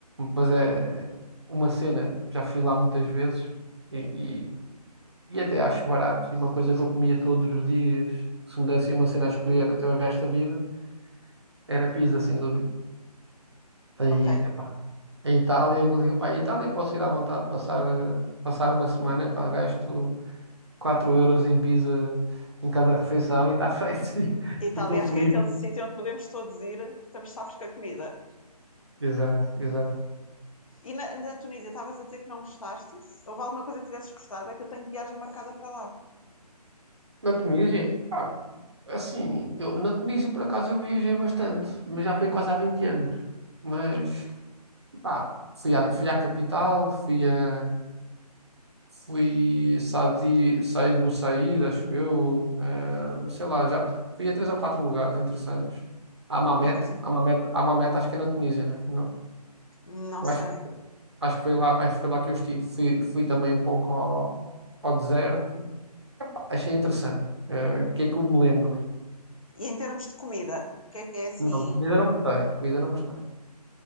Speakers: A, on the right (about 40°); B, on the left (about 55°).
A: mas é uma cena, já fui lá muitas vezes e E até acho barato. E uma coisa que eu comia todos os dias, se me dessem uma cena a escolher até o resto da vida, era pizza, sem dúvida. Em,
B: Ok.
A: epá, em Itália, eu digo, pá, em Itália posso ir à vontade passar, eh, passar uma semana, epá, gasto 4 euros em pizza em cada refeição e está <laughs> feito.
B: Itália,
A: E estou feliz.
B: acho que é aquele sítio onde podemos todos ir, que estamos safos com a comida.
A: Exato, exato.
B: E na, na Tunísia, estavas a dizer que não gostaste? Se houve alguma coisa que tivesses gostado? É que eu tenho viagem marcada para lá.
A: Na Tunísia, pá, assim, eu, na Tunísia por acaso eu viajei bastante, mas já foi quase há 20 anos. Mas, pá, fui à, fui à capital, fui a Fui sair, sair do sair, acho eu. eh, sei lá, já fui a três ou quatro lugares interessantes. A Mamet,
B: Ok.
A: a Mamet, a Mamet acho que é na Tunísia, né? Não,
B: Não
A: eu
B: sei.
A: acho, que- acho que foi lá, acho que foi lá que eu estive. Fui, fui também um pouco ao, ao deserto. Pá, achei interessante. Eh, O que é que eu me lembro?
B: E em termos de comida, o que é que é assim?
A: Não, de comida não gostei. Comida não gostei.